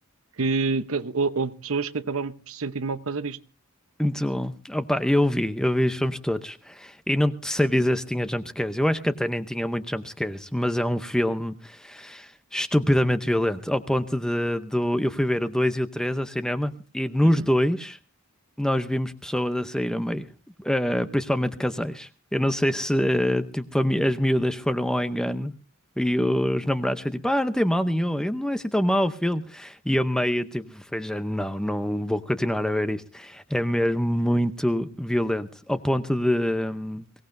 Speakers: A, on the right; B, in the centre.
A: que, que hou- houve pessoas que acabaram por se sentir mal por causa disto.
B: Então, Opa, eu vi, eu vi os filmes todos. E não te sei dizer se tinha jumpscares. Eu acho que até nem tinha muitos jumpscares, mas é um filme estupidamente violento. Ao ponto de, do, eu fui ver o 2 e o 3 ao cinema e nos
A: Uhum,
B: dois. nós vimos pessoas a sair a meio, eh, principalmente casais. Eu não sei se eh, tipo, a mi- as miúdas foram ao engano e os namorados foi tipo, ah, não tem mal nenhum, ele não é assim tão mau o filme. E a meio, tipo, foi já, não, não vou continuar a ver isto. É mesmo muito violento, ao ponto de hum,